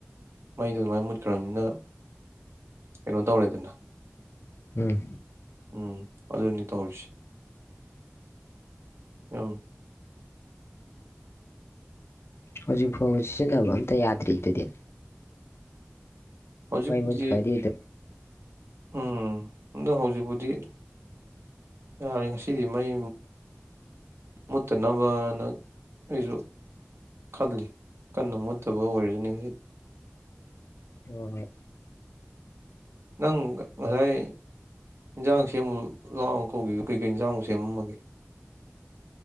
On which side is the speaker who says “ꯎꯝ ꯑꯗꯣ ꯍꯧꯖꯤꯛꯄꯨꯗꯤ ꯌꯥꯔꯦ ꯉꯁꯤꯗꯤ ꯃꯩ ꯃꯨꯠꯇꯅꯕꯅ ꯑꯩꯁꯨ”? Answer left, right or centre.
Right